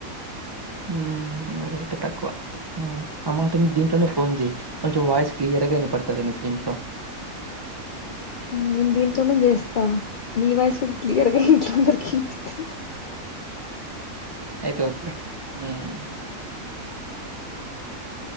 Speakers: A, on the right (about 40°); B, on the left (about 80°).
A: మ్ అదొక్కటే తక్కువ నా మాటని దీంట్లోనే ఫోన్ చేయి కొంచెం వాయిస్ క్లియర్గా వినపడుతుంది దీంట్లో
B: నేను దీంట్లోనే చేస్తా నీ వాయిస్ గూడా క్లియర్ గా ఇంట్లో అందరికి వినిపిస్తా
A: అయితే ఓద్దులే మ్